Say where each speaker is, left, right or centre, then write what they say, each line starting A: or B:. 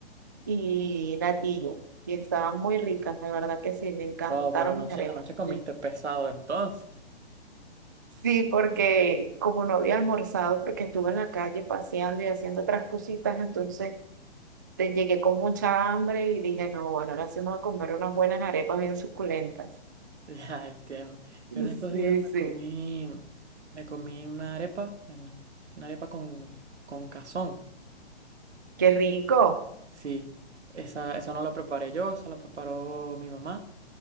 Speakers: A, on the right (about 20°); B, on the right (about 85°).
A: y natillo. Y estaban muy ricas, de verdad que sí, me encantaron
B: Wow, pero anoche,
A: mis arepas.
B: anoche comiste
A: Sí,
B: pesado entonces. <laughs>
A: Sí, porque como no había almorzado, porque estuve en la calle paseando y haciendo otras cositas, entonces te- llegué con mucha hambre y dije, no, bueno, ahora sí vamos a comer unas buenas arepas bien suculentas.
B: Ya entiendo.
A: Sí,
B: Yo en estos días me
A: sí.
B: comí, me comí una arepa, en, una arepa con, con cazón.
A: Qué rico.
B: Sí, esa, esa no la preparé yo, esa la preparó mi mamá,